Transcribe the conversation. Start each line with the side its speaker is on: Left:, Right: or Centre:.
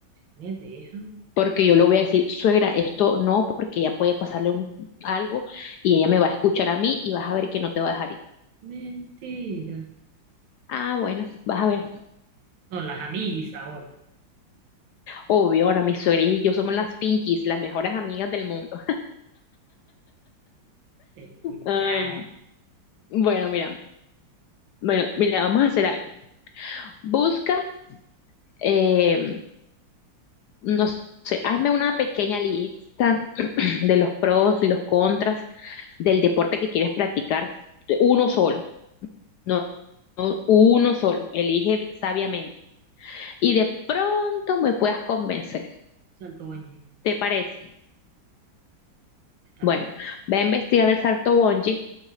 Right: me deja.
Left: porque yo le voy a decir, suegra, esto no, porque ella puede pasarle un- algo y ella me va a escuchar a mí y vas a ver que no te va a dejar ir.
Right: Mentiras.
Left: Ah, bueno, vas a ver.
Right: No, las amiguis ahora.
Left: Obvio, ahora mi suegra y yo somos las Pinkies, las mejores amigas del mundo.
Right: <laughs> Te escuchara.
Left: Ay. Bueno, mira. Bueno, mira, vamos a hacer algo. Busca, eh, no sé, hazme una pequeña lista <clears throat> de los pros y los contras del deporte que quieres practicar. Uno solo, no, no, uno solo. Elige sabiamente. Y de pronto me puedas convencer.
Right: Salto Bañez.
Left: ¿Te parece?
Right: Está
Left: Bueno,
Right: bien.
Left: ve a investigar el salto bungee